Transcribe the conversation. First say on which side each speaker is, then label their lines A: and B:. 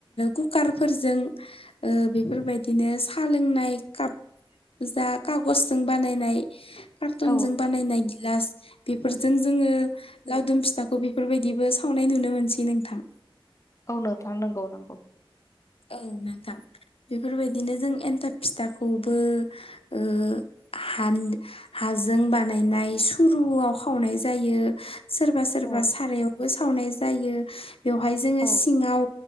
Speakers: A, on the left; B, on the left.
A: कुकारफोरजों ओ बेफोरबायदिनो सा लोंनाय काप जा कागजजों बानायनाय कार्टुनजों
B: औ
A: बानायनाय गिलास बेफोरजों जोङो लावदुम फिथाखौ बेफोरबायदिबो सावनाय नुनो मोनसै नोंथां।
B: औ नोंथां नंगौ नंगौ।
A: औ नोंथां बेफोरबायदिनो जों एन्थाब फिथाखौबो ओ हानदो हाजों बानायनाय सुरुआव खावनाय जायो। सोरबा सोरबा
B: औ
A: सारायावबो सावनाय जायो बेवहाय जोङो
B: औ
A: सिङाव